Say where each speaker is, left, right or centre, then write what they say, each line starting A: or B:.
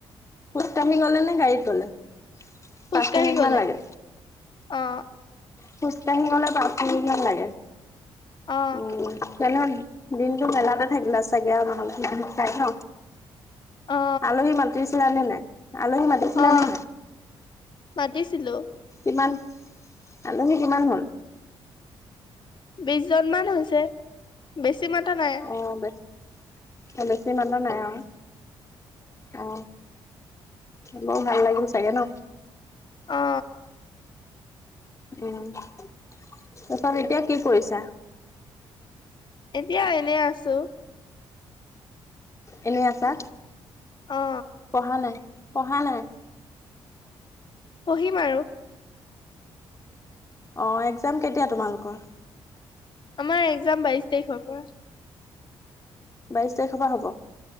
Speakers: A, on the left; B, on the left.
A: খোজ কঢ়ি গলে নে গাড়ীত গলে
B: খোজকাঢ়ি
A: পাঁচ মিনিট
B: গলে
A: মান লাগে।
B: আহ
A: খোজকাা শিঙলে পামান লাগে
B: অ
A: উ জনেহ দিনতটো মেলাতে থাকিলা চোন চ নহাই ন
B: অ
A: আলহী মানটোছিল আানে নে আলহী মাতিছিলা
B: অ
A: নে
B: মাতিছিলো।
A: কিমান আলহী কিমান হল
B: বিশ জনমানান হৈছে বেছি মাতা নাই
A: অ বছ অ বেছি মানুহ নাই অ অ বৌ ভাল লাগিল চাগে ন
B: অ
A: উ তাৰপত এতিয়া কি কৰিছা
B: এতিয়া এনে আছো।
A: এনেই আছা
B: অ
A: পঢ়া নাই। পঢ়া নাই
B: পঢ়িম আৰু
A: অ একজাম কেতিয়া তোমালোকৰ?
B: আমাৰ একজাম বাইশ তাৰিখৰ পৰা।
A: বাইশ তাৰিখৰ পৰা হ'ব।